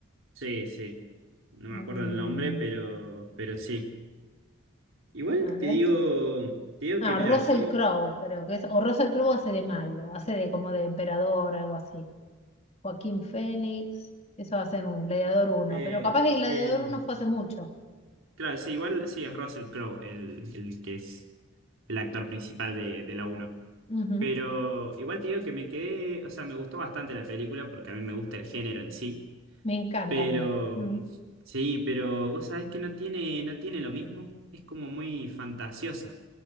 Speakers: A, on the right (about 75°); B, on the left (about 30°).
A: Sí, sí. No me
B: Mm,
A: acuerdo el nombre, pero, pero sí. Igual
B: a
A: te
B: ver
A: digo,
B: quién.
A: te digo
B: Ah,
A: que mira,
B: Russell
A: yo,
B: Crowe, creo que es, o Russell Crowe hace de malo, hace de como de emperador, algo así. Joaquín Fénix, eso va a ser un Gladiador uno.
A: eh,
B: pero capaz que Gladiador
A: en-
B: uno fue hace mucho.
A: claro, sí, igual sí es Russell Crowe el, el que es el actor principal de, de la uno
B: Ujú,
A: Pero igual te digo que me quedé, o sea, me gustó bastante la película porque a mí me gusta el género en sí.
B: Me encanta
A: Pero
B: a mí. Mm.
A: sí, pero vos sabés que no tiene, no tiene lo mismo, es como muy fantasiosa.